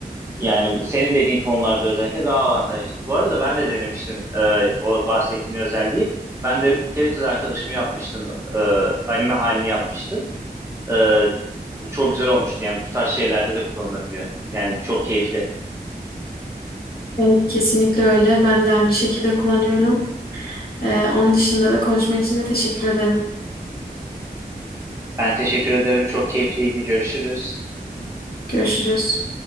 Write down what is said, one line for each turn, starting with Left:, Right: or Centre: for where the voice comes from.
Right: Yani bu- senin dediğin konularda özellikle daha avantajlı. Bu arada ben de denemiştim e, o bahsettiğin özelliği. Ben de bir kere kız arkadaşımı yapmıştım. E, anime halini yapmıştım. E, çok güzel olmuştu. Yani bu tarz şeylerde de kullanılabiliyor. Yani çok keyifli.
Left: Evet kesinlikle öyle ben de aynı şekilde kullanıyorum. E, onun dışında da konuşma için de teşekkür ederim.
Right: Ben teşekkür ederim. Çok keyifliydi. Görüşürüz.
Left: Görüşürüz.